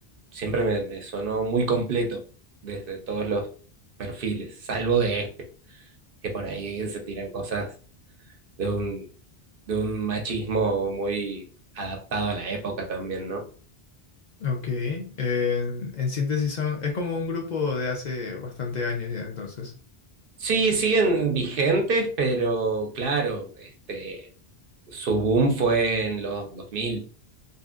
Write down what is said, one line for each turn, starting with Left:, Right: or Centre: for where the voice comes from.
Right: siempre me, me sonó muy completo desde todos los perfiles, salvo de este, que por ahí se tiran cosas de un, de un machismo muy adaptado a la época también, ¿no?
Left: Ok. Eh, en síntesis son, es como un grupo de hace bastante años ya entonces.
Right: Sí, siguen vigentes, pero claro, este, su boom fue en los 2000.